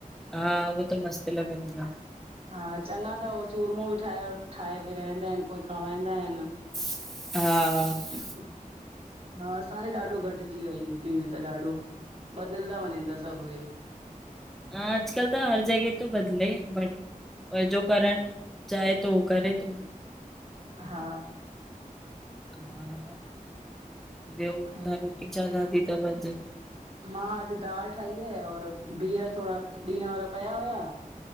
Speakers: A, in the centre; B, on the right.
A: हा, उह त मस्त लॻंदी आ।
B: हा चगा त चूरमो बि ठाहे- ठाहे विराईदा आहिन कोई खावाईंदा आहिन।
A: हा
B: <unintelligible> हा असां ॾे ॾाढो घटिजी वियो आ, यूपी में त ॾाढो बदिलिन था वञनि था सभु हे
A: हा आॼकल्हु त हर जगह, त बदले बटे पर जो करण, चाहे तो करे तो
B: हा
A: हा, ॿियो
B: हे
A: तां रोटी छा खादी तव अॼु?
B: मां अॼु दाल ठाही आ और बिह थोरा ॾींहु वारा पिया हुया